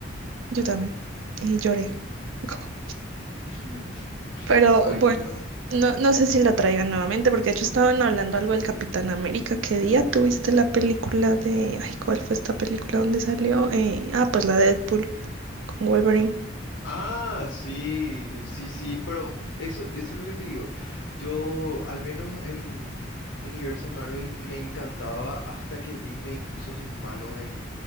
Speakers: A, on the right; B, on the left.
A: Yo también. Y lloré. Fue como-
B: <laughs>
A: Pero
B: Ay,
A: bueno,
B: no.
A: no, no sé si la traigan nuevamente, porque de hecho estaban hablando algo del Capitán América. ¿Qué día tuviste la película de... Ay, ¿cuál fue esta película donde salió? Eh, ah, pues la de Deadpool con Wolverine.
B: Ah, sí, sí, sí, pero eso, eso es lo que te digo. Yo, al menos el m- universo Marvel me encantaba hasta que Disney puso sus manos en...